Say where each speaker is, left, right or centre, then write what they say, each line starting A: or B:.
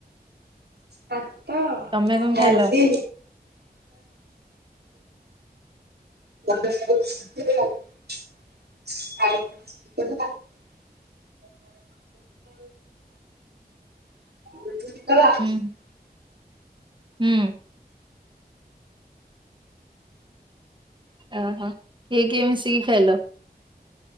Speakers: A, on the right (about 85°); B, on the right (about 30°).
A: ଭାତ
B: ତମେ କଣ
A: ଡାଲି
B: ଖାଇଲ?
A: ଭାତ <unintelligible> <unintelligible> <unintelligible>
B: ହୁଁ ହୁଁ। ଓହୋ କିଏ କିଏ ମିଶିକି ଖାଇଲ?